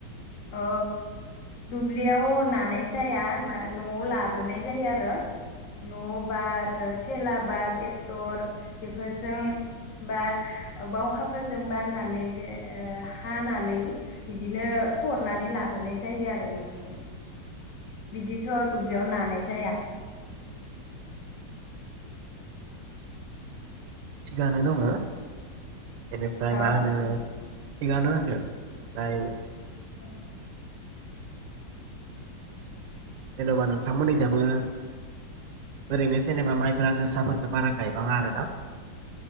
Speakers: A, on the left; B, on the right.
A: ओ दुब्लियाव नानाय जाया, मा न'आव लाबोनाय जायो आरो न' बा थेला बा टेक्टर बेफोरजों बा बावखाफोरजों बाननानै जे हानानै बिदिनो सरनानै लाबोनाय जायो आरो न'सिम, बिदिथ' दुब्लियाव नानाय जाया।
B: थिगानो दङो। बेनिफ्राय
A: हो
B: मा होनो थिगानो होनदो। ओमफ्राय
A: औ
B: जेन'बा नोंथांमोननिजाबो ओरैनो जेनेबा माइब्रा, जोसाफोरफोरखौ बारा गायबाङा आरोना?